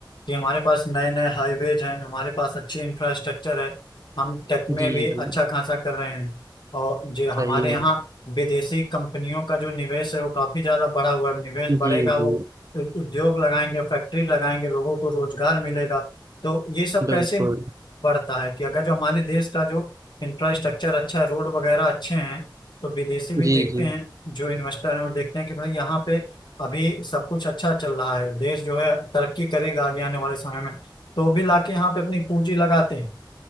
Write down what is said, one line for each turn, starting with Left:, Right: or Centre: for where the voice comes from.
Left: कि हमारे पास नए नए हाईवेज हैं हमारे पास अच्छी इंफ्रास्ट्रक्चर है हम टेक में
Right: जी
Left: भी
Right: जी
Left: अच्छा खासा कर रहे हैं और जो हमारे
Right: सही है
Left: यहाँ विदेशी कंपनियों का जो निवेश है वो काफी ज्यादा बढ़ा हुआ है निवेश
Right: जी
Left: बढ़ेगा वो
Right: जी
Left: उ- उद्योग लगाएंगे फैक्ट्री लगाएंगे लोगों को रोजगार मिलेगा तो ये सब कैसे
Right: बिल्कुल
Left: बढ़ता है कि अगर जो हमारे देश का जो इंफ्रास्ट्रक्चर अच्छा है, रोड वगैरह अच्छे हैं तो विदेशी भी
Right: जी
Left: देखते
Right: जी
Left: हैं जो इन्वेस्टर हैं वो देखते हैं कि भाई यहाँ पे अभी सब कुछ अच्छा चल रहा है देश जो है तरक्की करेगा आगे आने वाले समय में तो वो भी लाके यहाँ पे अपनी पूंजी लगाते हैं